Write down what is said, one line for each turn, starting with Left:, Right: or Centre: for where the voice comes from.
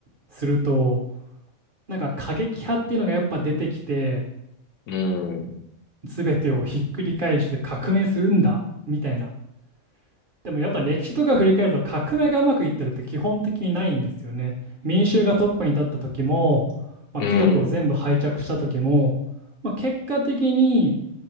Right: するとなんか過激派っていうのがやっぱ出てきて
Left: うん。
Right: 全てをひっくり返して革命するんだみたいな。でもやっぱ歴史とか振り返ると革命がうまくいってるって基本的にないんですよね。民衆がトップに立った時も、まあ、
Left: うん。
Right: 貴族を全部廃着した時も、まあ、結果的に